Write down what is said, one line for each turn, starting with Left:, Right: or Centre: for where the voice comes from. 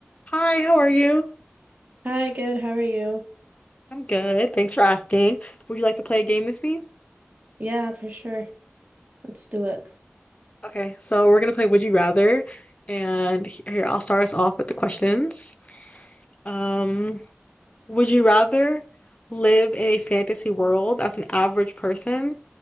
Left: Hi, how are you?
Right: Hi, good. How are you?
Left: I'm good. Thanks for asking. Would you like to play a game with me?
Right: Yeah, for sure. Let's do it.
Left: Okay, so we're gonna play Would You Rather, and he- here I'll start us off with the questions. Um, would you rather live in a fantasy world as an average person